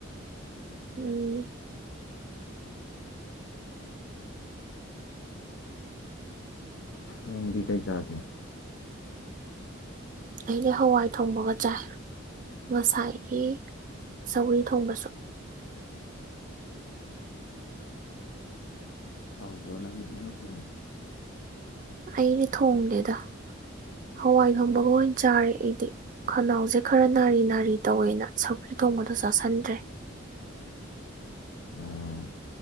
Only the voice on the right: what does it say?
ꯎꯝ꯫
ꯑꯩꯗꯤ ꯍꯋꯥꯏ ꯊꯣꯡꯕꯒ ꯆꯥꯏ ꯉꯁꯥꯏꯒꯤ ꯆꯧꯒ꯭ꯔꯤ ꯊꯣꯡꯕꯁꯨ꯫
ꯑꯩꯅ ꯊꯣꯡꯅꯦꯗ ꯍꯋꯥꯏ ꯊꯣꯡꯕꯒ ꯑꯣꯏꯅ ꯆꯥꯔꯦ ꯑꯩꯗꯤ꯫ ꯈꯅꯥꯎꯁꯦ ꯈꯔ ꯅꯥꯔꯤ ꯅꯥꯔꯤ ꯇꯧꯋꯦꯅ ꯁꯧꯒ꯭ꯔꯤ ꯊꯣꯡꯕꯗꯣ ꯆꯥꯥꯁꯟꯗ꯭ꯔꯦ꯫